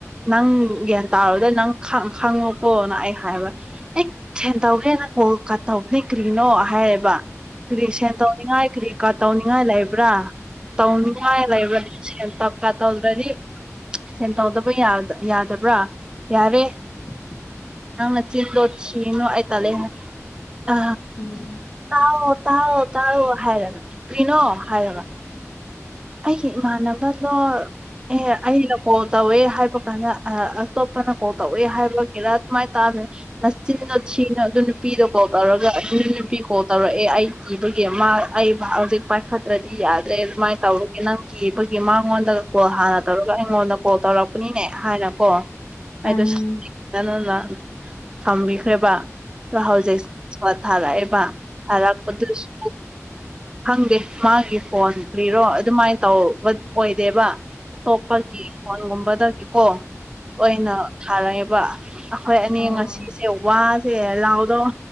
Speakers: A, on the right (about 15°); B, on the left (about 65°).
A: ꯅꯪ ꯒ꯭ꯌꯥꯟ ꯇꯥꯔꯨꯗ ꯅꯪ ꯈꯪꯉꯨꯀꯣꯅ ꯑꯩ ꯍꯥꯏꯕ ꯑꯦ ꯇꯧꯒꯦꯅ ꯀꯣꯜ ꯇꯧꯈ꯭ꯔꯤꯅꯣ ꯍꯥꯏꯌꯦꯦꯕ ꯀꯔꯤ ꯁꯦꯟ ꯇꯧꯅꯤꯡꯉꯥꯏ ꯀꯔꯤ ꯀꯥ ꯇꯧꯅꯤꯡꯉꯥꯏ ꯂꯩꯕ꯭ꯔꯥ ꯇꯧꯅꯤꯡ ꯂꯩꯕ ꯇꯞꯀꯥ ꯇꯧꯗ꯭ꯔꯗꯤ ꯁꯦꯟ ꯇꯧꯗꯕ ꯌꯥꯗꯕ꯭ꯔꯥ ꯌꯥꯔꯦ
B: <unintelligible>
A: ꯅꯪꯅ ꯆꯤꯟꯗꯧꯁꯤꯅ ꯑꯇꯥ ꯂꯩꯦ ꯑ
B: ꯎꯝ
A: ꯇꯥꯎ ꯇꯥꯎ ꯇꯥꯎ ꯍꯥꯏꯔꯒ ꯄꯅꯣ ꯍꯥꯏꯔꯒ ꯑꯩꯒꯤ ꯏꯃꯥꯟꯅꯕꯗꯣ ꯑꯦ ꯑꯩꯅ ꯀꯣꯜ ꯇꯧꯋꯦ ꯍꯥꯏꯕ ꯀꯥꯟꯗ ꯑꯇꯣꯞꯄꯅ ꯀꯣꯜ ꯇꯧꯏꯦ ꯍꯥꯏꯕ ꯀꯦꯔꯥ ꯑꯗꯨꯃꯥꯏꯅ ꯇꯥꯝꯃꯦ ꯅꯆꯤꯟꯅ ꯊꯤꯅ ꯑꯗꯨ ꯅꯨꯄꯤꯗꯣ ꯀꯣꯜ ꯇꯧꯔꯒ ꯑ ꯂꯄꯤꯣ ꯇꯧꯔꯛꯑꯦ ꯑꯩ ꯏꯕꯒꯤ ꯃꯥ ꯑꯩ ꯍꯧꯖꯤꯛ ꯄꯥꯏꯈꯠꯇ꯭ꯔꯗꯤ ꯌꯥꯗ꯭ꯔꯦ ꯑꯗꯨꯃꯥꯏꯅ ꯇꯧꯔ ꯅꯪꯒꯤ ꯑꯩꯈꯣꯏꯒꯤ ꯃꯉꯣꯟꯗ ꯀꯣꯜ ꯍꯥꯟꯅ ꯇꯧꯔꯒ ꯑꯩꯉꯣꯟꯗ ꯀꯣꯜ ꯇꯧꯔꯛꯄꯅꯤꯅꯦ ꯍꯥꯏꯅꯀꯣ ꯍꯥꯏꯗꯣꯅ
B: ꯎꯝ ꯎꯝ
A: ꯊꯝꯕꯤ ꯈ꯭ꯔꯦꯕ ꯑ ꯍꯧꯖꯤꯛ ꯊꯥꯔꯛꯑꯦꯕ ꯊꯥꯔꯛꯄꯗꯨꯁꯨ ꯈꯪꯗꯦ ꯃꯥꯒꯤ ꯐꯣꯟ ꯀ꯭ꯔꯤꯔꯣ ꯑꯗꯨꯃꯥꯏꯅ ꯇꯧꯕ ꯑꯣꯏꯗꯦꯕ ꯑꯇꯣꯞꯄꯒꯤ ꯐꯣꯟꯒꯨꯝꯕꯗꯒꯤꯀꯣ ꯑꯣꯏꯅ ꯊꯥꯔꯛꯑꯦꯕ ꯑꯩꯈꯣꯏ ꯑꯅꯤ ꯉꯁꯤꯁꯦ
B: ꯎꯝ
A: ꯋꯥꯁꯦ ꯂꯥꯎꯗꯧ